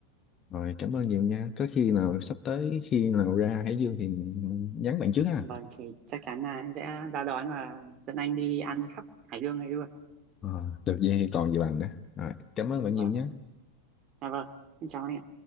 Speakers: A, on the left; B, on the right.
A: rồi cảm ơn nhiều nha có khi nào sắp tới khi nào ra Hải Dương thì nhắn bạn trước ha
B: vâng thì chắc chắn là em sẽ ra đón và dẫn anh đi ăn khắp Hải Dương này luôn
A: à, được vậy thì còn gì bằng đó rồi cảm ơn bạn
B: vâng
A: nhiều nha
B: ạ. à vâng em chào anh ạ